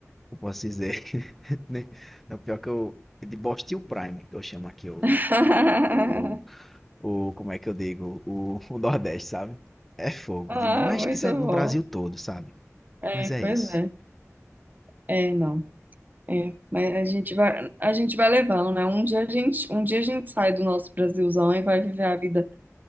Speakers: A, in the centre; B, on the right.
A: como posso dizer? <laughs> né? É o pior que eu. De Bostil Prime, que eu chamo aqui o.
B: <laughs>
A: o, o como é que eu digo? O, o Nordeste, sabe? É fogo
B: Ah,
A: demais. Mas
B: muito
A: que sai no
B: bom.
A: Brasil todo, sabe? Mas
B: É,
A: é
B: pois
A: isso.
B: é. É, não. É, mas a gente vai, a gente vai levando, né? Um dia a gente, um dia a gente sai do nosso Brasilzão e vai viver a vida